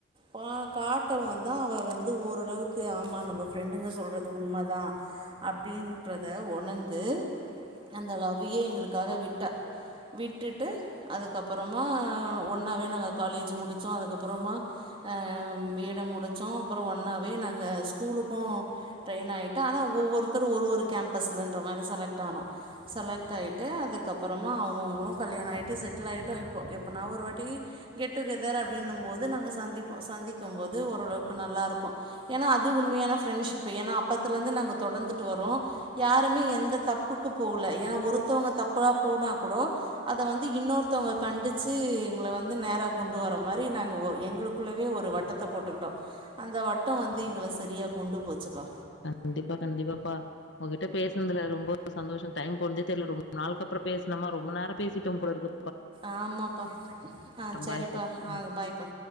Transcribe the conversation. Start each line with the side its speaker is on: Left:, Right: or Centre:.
Right: பா காட்டவு தா அவ வந்து ஓரளவுக்கு ஆமா நம்ம ஃப்ரெண்டுங்க சொல்றது உண்மதா அப்டீன்றத ஒணந்து அந்த லவ்வியே எங்களுக்காக விட்டா விட்டுட்டு அதுக்கப்றமா ஒன்னாவே நாங்க காலேஜ் முடிச்சோ அதுக் அப்புரமா அ பி ஏ ட முடுச்சோ அப்ரோ ஒன்னாவே நாங்க ஸ்கூலுக்கோ ட்ரை னாயிட்டு ஆனா ஒவ்வோருத்தரு ஒரு ஒரு கேம்பஸ்லன்ற மாரி செலக்ட் ஆனோ செலக்ட் ஆயிட்டு அதுக்கப் அப்புறமா அவுங்கவுங்களு கல்யாணோ ஆயிட்டு செட்லு ஆயிட்டோ இப்போ எப்போனா ஒரு வாட்டி கெட் டூ கெதர் அப்டீன்னு போது நாங்க சந்திப்போ சந்திக்கு போது ஓரளவுக்கு நல்லாருக்கோ ஏன்னா அது உண்மையான ஃப்ரெண்ட்ஷிப்பு ஏன்னா அப் பத்துலந்து நாங்க தொடந்துட்டு வரோ யாருமே எந்த தப்புக்கு போகல ஏன்னா ஒருத்தவுங்க தப்பா போனா கூட அத வந்து இன்னோர்த்தவுங்க கண்டிச்சி எங்கள வந்து நேரா கொண்டு வர மாரி நாங் ஓ எங்குளுக்குள்ளவே ஒரு வட்டத்த போட்டுக்கிட்டோ அந்த வட்டோ வந்து எங்கள சரியா கொண்டு போச்சுப்பா
Left: கண்டிப்பா கண்டிப்பாப்பா உங்கிட்ட பேசுனதுல ரொம்போ சந்தோசோ டைம் போனதே தெர்ல ரொம்ப நாள் கப் றோ பேசுனமா ரொம்ப நேரோ பேசிட்டோ போல இருக்கு
Right: ஆமாப்பா ஆ சரிப்பா
Left: பாய்ப்பா
Right: ஆ
Left: ம்
Right: பாய்பா